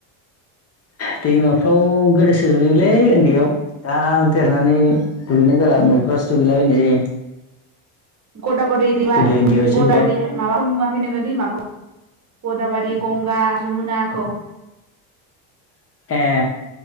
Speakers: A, on the left (about 35°); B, on the right (about 40°).
A: दैमाफ्राव गोदोसो गुैयोलै
B: उम
A: उन्दैयाव दा देरनानै दुगैनाय जाला न'फ्रावसो दुगैलाबायनाय जायो
B: गदावुरिबा
A: गोदो उन्दैयावसो
B: गदावुरि
A: बिराद
B: माबाखौ नुवाखै नोङो दैमाखौ गदाबारि गंगा जमुनाखौ
A: ए